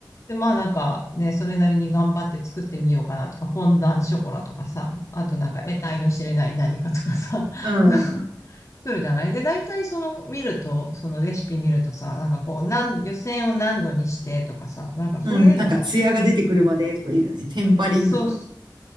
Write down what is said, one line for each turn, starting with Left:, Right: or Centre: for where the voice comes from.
Left: で、まあなんかね、それなりに頑張って作ってみようかなとか、フォンダンショコラとかさ、あとなんか得体の知れない何かとかさ、
Right: うん。
Left: <laughs> なんか作るじゃないで、大体その見ると、そのレシピ見るとさ、なんかこう、なん、湯煎を何度にしてとかさ、なんかそういうのが、
Right: うん。なんか、艶が出てくるまでとか言うよね。テンパリング。
Left: そう、そ